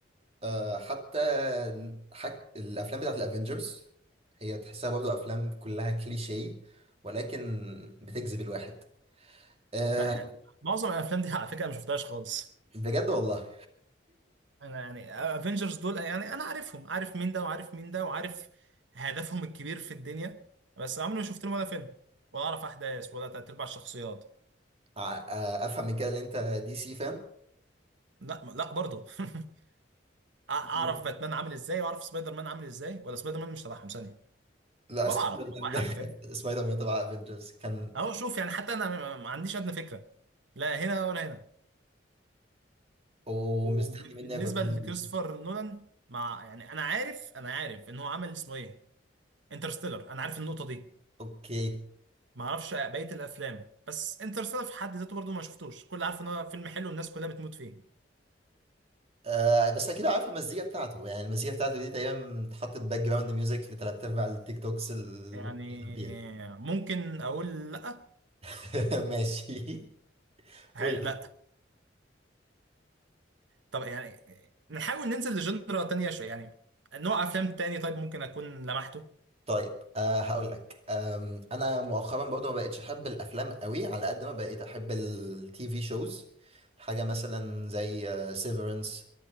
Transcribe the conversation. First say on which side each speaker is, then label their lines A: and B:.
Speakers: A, on the right; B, on the right.
A: أه حتى حك... الأفلام بتاعت الأفينجرز هي تحسها برضو أفلام كلها كليشيه ولكن بتجذب الواحد أه
B: انت يعني معظم الافلام دي على فكره انا ما شفتهاش خالص
A: بجد والله
B: انا يعني افنجرز دول يعني انا عارفهم عارف مين ده وعارف مين ده وعارف هدفهم الكبير في الدنيا بس عمري ما شفت لهم ولا فيلم ولا اعرف احداث ولا تلات ارباع الشخصيات
A: ع- آه، افهم من كده ان انت دي سي فاهم
B: لا لا برضه <laughs> اعرف
A: مم.
B: باتمان عامل ازاي واعرف سبايدر مان عامل ازاي ولا سبايدر مان مش تبعهم ثانيه
A: لا
B: ولا
A: سبايدر
B: اعرف والله
A: مان
B: حتى
A: <laughs>
B: فاهم
A: ده سبايدر مان تبع افنجرز كان
B: اهو شوف يعني حتى انا ما ما عنديش ادنى فكره لا هنا ولا هنا
A: ومستني
B: وبالنسبه
A: منه ريكومنديشن
B: لكريستوفر نولان مع يعني انا عارف انا عارف ان هو عمل اسمه ايه انترستيلر انا عارف النقطه دي
A: اوكي
B: ما اعرفش بقيه الافلام بس انترستيلر في حد ذاته برضو ما شفتوش كل عارف ان هو فيلم حلو والناس كلها بتموت فيه
A: آه بس اكيد عارف المزيكا بتاعته يعني المزيكا بتاعته دي تقريبا اتحطت باك جراوند ميوزك لتلات ارباع التيك توكس اللي
B: يعني
A: ممكن تلعب بيها
B: ممكن اقول لا
A: <laughs> ماشي
B: هي-
A: قول لي.
B: لا طب يعني نحاول ننزل لجنرا تانية شويه يعني نوع افلام تاني طيب ممكن اكون لمحته
A: طيب آه هقول لك آم، انا مؤخرا برضه ما بقتش احب الافلام قوي على قد ما بقيت احب التي في شوز حاجه مثلا زي سيفرنس